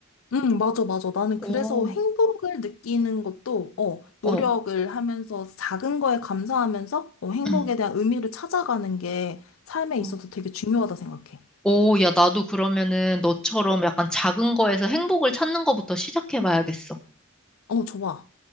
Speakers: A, on the left (about 85°); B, in the centre.
A: 응, 맞아, 맞아. 나는
B: 오,
A: 그래서 행복을 느끼는 것도, 어,
B: 어.
A: 노력을 하면서 작은 거에 감사하면서, 어, 행복에
B: 응.
A: 대한 의미를 찾아가는 게 삶에
B: 어,
A: 있어서 되게 중요하다 생각해.
B: 오, 야, 나도 그러면은 너처럼 약간 작은 거에서 행복을 찾는 거부터 시작해봐야겠어.
A: 어, 좋아.